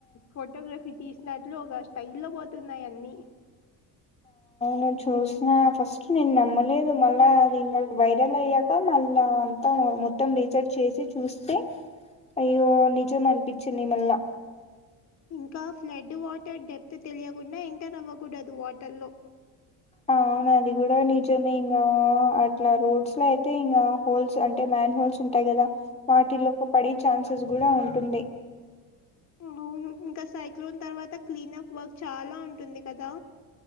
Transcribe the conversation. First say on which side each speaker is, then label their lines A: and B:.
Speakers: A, on the left; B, on the left.
A: ఫోటోగ్రఫీ తీస్ నట్లు ఒగ స్టైల్ ల్లో బోతున్నాయన్నీ
B: నేన్ చూష్నా ఫస్టు నేన్ నమ్మలేదు మళ్ళా అది ఇంగ వైరల్ అయ్యాక మళ్ళా అంతన మొ మొత్తం రీచర్ట్ చేసి చూస్తే అయ్యో నిజం అనిపిచ్చింది మళ్ళా
A: ఇంకా ఫ్లడ్డు వాటర్ డెప్తు తెలియకుండా ఎంటర్ అవ్వకూడదు వాటర్ లో
B: అవును అది గుడ నిజమే ఇంగా అట్లా రోడ్స్ లో అయితే ఇంగ హోల్స్ అంటే మ్యాన్ హోల్స్ ఉంటాయి కదా వాటిలోకి పడే ఛాన్సెస్ కూడా ఉంటుంది
A: అవును ఇంకా సైక్లోన్ తర్వాత క్లీన్ అప్ వర్క్ చాలా ఉంటుంది కదా